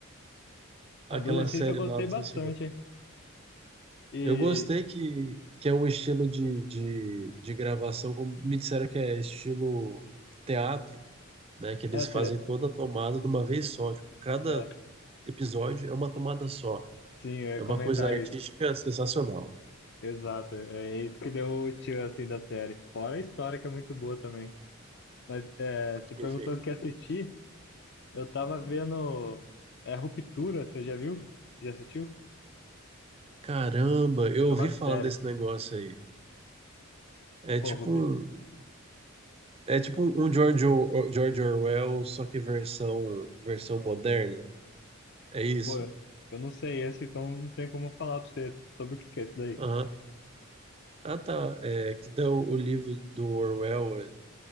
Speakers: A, on the left; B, on the right.
A: adolescência
B: aquela série
A: eu gostei
B: lá, não
A: bastante,
B: sei se chegou a ver.
A: hein? E
B: Eu gostei que, que é um estilo de, de, de gravação, como me disseram que é estilo teatro, né? Que eles
A: essa,
B: fazem toda a tomada de uma vez só. Tipo, cada
A: é,
B: episódio é uma tomada só.
A: sim, eu ia
B: É uma
A: comentar
B: coisa artística
A: isso.
B: sensacional.
A: Exato, é isso que deu o tchan assim da série. Fora a história que é muito boa também. Mas é, você perguntou
B: Perfeito,
A: o que
B: né?
A: assistir, eu tava vendo é Ruptura, você já viu? Já assistiu?
B: Caramba, eu
A: É
B: ouvi
A: uma série.
B: falar desse negócio aí. É
A: Pô,
B: tipo
A: Rupi...
B: um- É tipo um George, Or- George Orwell, só que versão, versão moderna. É isso?
A: Pô, eu não sei esse, então não tem como falar pra você sobre o que que é isso daí.
B: Aham. Ah, tá. É, que dá o, o livro do Orwell é,